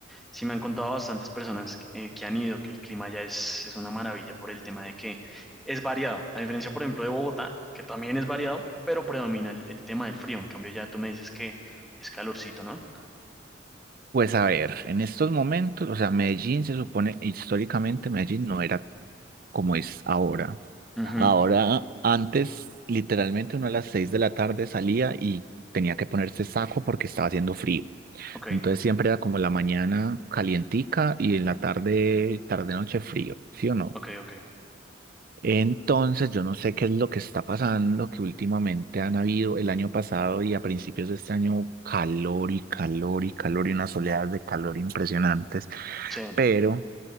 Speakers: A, in the centre; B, on the right (about 45°).
A: Sí, me han contado bastantes personas eh, que han ido que el clima ya es, es una maravilla por el tema de que es variado, a diferencia, por ejemplo, de Bogotá, que también es variado, pero predomina el, el tema del frío. En cambio, ya tú me dices que es calorcito, ¿no?
B: Pues a ver, en estos momentos, o sea, Medellín se supone, históricamente Medellín no era como es ahora.
A: Ujú,
B: Ahora, antes, literalmente uno a las seis de la tarde salía y tenía que ponerse saco porque estaba haciendo frío.
A: Ok,
B: Entonces siempre era como la mañana calientica y en la tarde, tarde noche frío, ¿sí o no?
A: ok, ok.
B: Entonces, yo no sé qué es lo que está pasando, que últimamente han habido el año pasado y a principios de este año calor y calor y calor y unas oleadas de calor impresionantes,
A: Che.
B: pero